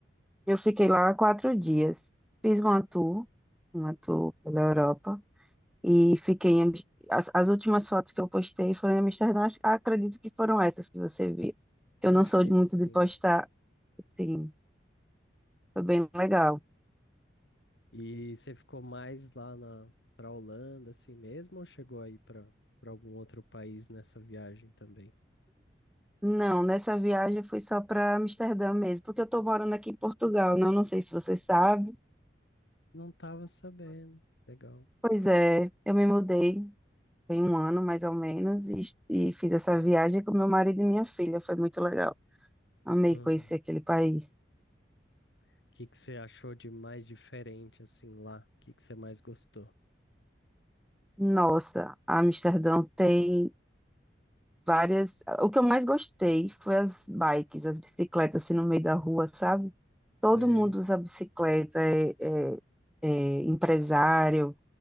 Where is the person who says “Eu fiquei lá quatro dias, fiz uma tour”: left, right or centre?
Centre